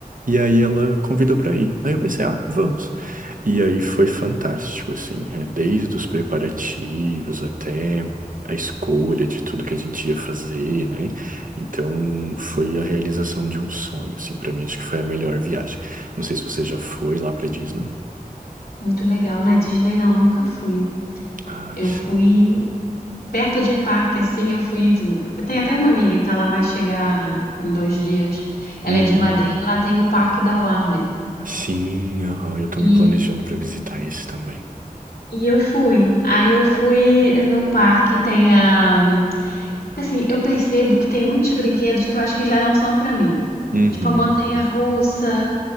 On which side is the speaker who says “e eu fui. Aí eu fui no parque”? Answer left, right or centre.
Left